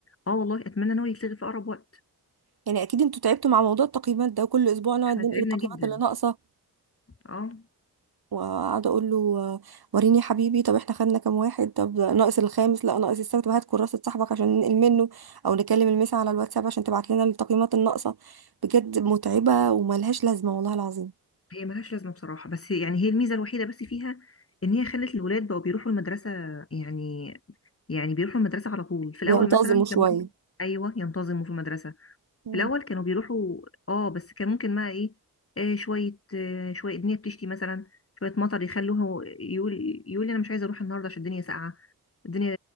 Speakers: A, on the left; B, on the right.
A: اه والله اتمنى ان هو يتلغي في اقرب وقت
B: يعني اكيد انتوا تعبتوا مع موضوع التقييمات ده وكل اسبوع نقعد
A: احنا
B: ننقل
A: تعبنا
B: التقييمات
A: جدا
B: اللي ناقصه
A: اه
B: وقاعده اقول له آه، وريني يا حبيبي طب احنا خدنا كام واحد طب ناقص الخامس لا ناقص السبت طب هات كراسه صاحبك عشان ننقل منه او نكلم المسا على الواتساب عشان تبعت لنا التقييمات الناقصه بجد متعبه وملهاش لازمه والله العظيم
A: هي ملهاش لازمه بصراحه بس يعني هي الميزه الوحيده بس فيها ان هي خلت الولاد بقوا بيروحوا المدرسه يعني يعني بيروحوا المدرسه على طول في
B: بينتظموا
A: الاول مثلا
B: شويه
A: كان ممكن ايوه ينتظموا في المدرسه
B: مم.
A: في الاول كانوا بيروحوا اه بس كان ممكن بقى ايه آه شويه آه شويه الدنيا بتشتي مثلا شويه مطر يخلوه يقول يقول لي انا مش عايزه اروح النهارده عشان الدنيا ساقعه الدنيا